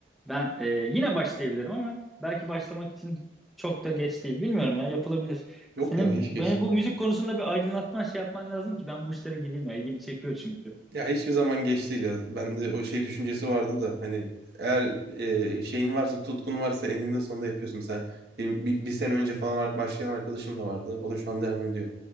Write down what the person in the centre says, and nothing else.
Ben e, yine başlayabilirim ama belki başlamak için çok da geç değil. Bilmiyorum ya yapılabilir.
Senin
beni
bu müzik konusunda bir aydınlatman şey yapman lazım ki ben bu işlere gireyim ya. İlgimi çekiyor çünkü.